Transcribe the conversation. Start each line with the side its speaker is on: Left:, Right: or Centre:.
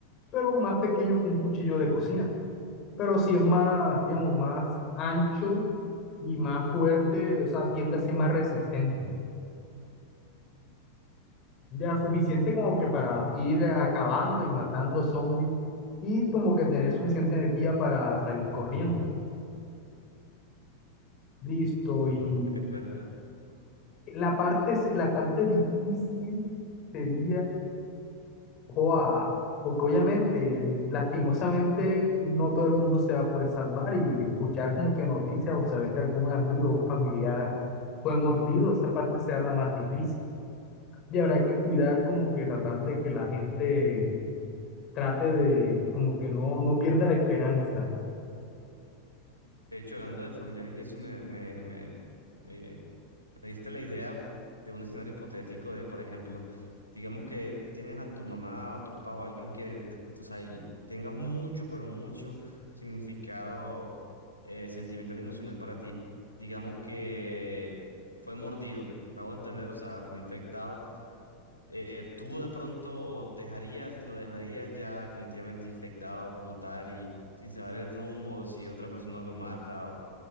Left: pero más pequeño que un cuchillo de cocina. Pero sí es más, digamos, más ancho y más fuerte, o sea, tiende a ser más resistente. Ya
Right: Oh,
Left: suficiente como que
Right: mm,
Left: para ir acabando y matando zombies y como que tener suficiente energía para salir corriendo. Listo,
Right: ah,
Left: y
Right: no, <laughs> es verdad.
Left: la parte, se- la parte difícil sería Joa, porque obviamente, lastimosamente, no todo el mundo se va a poder salvar y escuchar como que noticias o saber que algún amigo o un familiar fue mordido, esa parte será la más difícil. Y habrá que cuidar como que tratar de que la gente trate de como que no, no pierda la esperanza.
Right: De hecho, hablando de familiares y eso me, me, me, Me diste la idea de un escenario hipotético de, por ejemplo, digamos que tienes a tu mamá o a tu papá o a alguien que, de- o sea, y tenga mucho, pero mucho significado eh, sentimental y emocional para ti. Digamos que fue mordido, me hago entender, o sea, fue infectado. Eh, tú de pronto dejarías, lo dejarías ya definitivamente infectado como tal y sin saber el rumbo, si otra persona lo mata o,